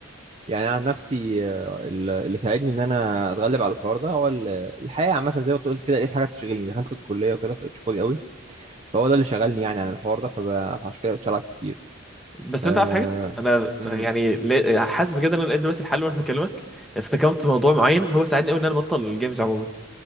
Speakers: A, on the right; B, in the centre.
A: يعني أنا عن نفسي آه، ال- اللي ساعدني ان انا اتغلب على الحوار ده هو ال- الحقيقه عامه زي ما أنت قلت كده لقيت حاجه تشغلني دخلت الكليه وكده فبقيت فاضي قوي فهو ده اللي شغلني يعني عن الحوار ده فب- فعشان كده بقيت العب كتير
B: بس
A: آه...
B: انت عارف حاجه انا
A: امم
B: يعني لا- حاسس بجد ان انا لقيت دلوقتي الحل وانا بكلمك افتكرت موضوع معين هو ساعدني قوي ان انا ابطل الجيمز عموما